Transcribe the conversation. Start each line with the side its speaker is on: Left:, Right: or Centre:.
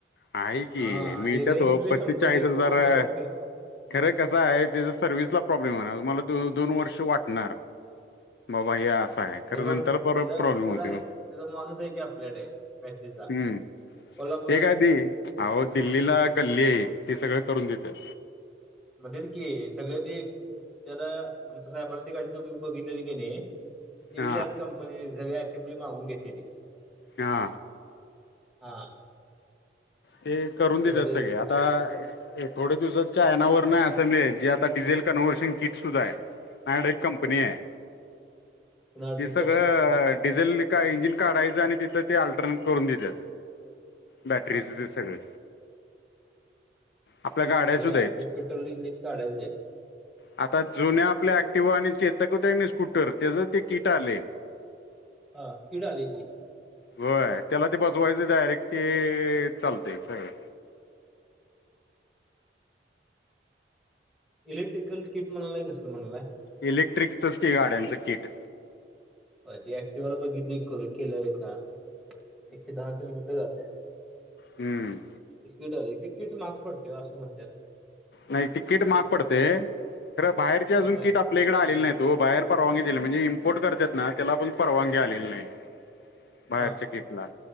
Left: आहे की
Centre: हा आणि
Left: मिळतात.
Centre: रेंज
Left: ओ
Centre: बी
Left: पस्तीस,
Centre: शंभर
Left: चाळीस
Centre: एकशे
Left: हजारां
Centre: पन्नास रुपये
Left: खरं कसं आहे. त्याज सर्व्हसला प्रॉब्लेम आहे. तुम्हला दो दोन वर्ष वाटणार बाबा हे अस काय खर
Centre: दोन
Left: नंतर परत
Centre: त्याचा
Left: प्रॉब्लेम
Centre: त्याचा
Left: होते ओ,
Centre: त्याचा माणूस आहे की आपल्याकडे बॅटरीचा
Left: हूं
Centre: कोल्हापुरात
Left: ते काय ती आहो दिल्लीला गल्ली आहेत ते सगळं करून देत्यात.
Centre: म्हणतेच की सगळे ते त्याला आमच्या साहेबांनी ते गाडी काही बघितलेली का नाई ती
Left: हा
Centre: बी त्यांच कंपनी सगळ असेंब्ली मागून घेतलेली.
Left: हा.
Centre: हा.
Left: ते करून देतात.
Centre: त्याचा काही
Left: सगळे
Centre: विषय
Left: आता
Centre: नाही
Left: थोड्या दिवसात चायनावरना अस त मिळेल जी आता डिझेल कन्व्हर्शन किट सुद्धा आहे. माझ्याकडे एक कंपनी आहे.
Centre: पुन्हा
Left: हे
Centre: तुमच्याकडे
Left: सगळं डिझेल का इंजिन काढायचं आणि, तिथं ते अल्ट्रानेट करून देत्यात. बॅटरीचे
Centre: हा
Left: ते सगळ आपल्या गाड्या
Centre: म्हणजे
Left: सुद्धा
Centre: आमचं
Left: आहेत.
Centre: पेट्रोल इंजिन काढायचंय
Left: आता जुन्या आपल्या ऍक्टिवा आणि चेतक होत नाय का स्कूटर त्याज ते किट आलय.
Centre: हा कीट आलय की,
Left: होय. त्याला ते बसवायचं डायरेक्ट ते चालतंय सगळ
Centre: इलेक्ट्रिकल किट म्हणालाय कसलं म्हणालाय
Left: इलेक्ट्रिकचच ते गाड्यांचं किट
Centre: होय ते ऍक्टिवाला बघितली कर केलेलं एका एकशे दहा किलोमीटर जात्या
Left: हूं
Centre: किट आलय. ते किट महाग पडतय ओ असं म्हणत्यात.
Left: नाही तिकीट महाग पडतय खर बाहेरची अजून
Centre: होय
Left: किट आपल्याकडे आलेली नाहीत ओ बाहेर परवानगी म्हणजे इंपोर्टे करत ना त्याला पण परवानगी आलेली नाय. बाहेरच्या
Centre: हा
Left: किटला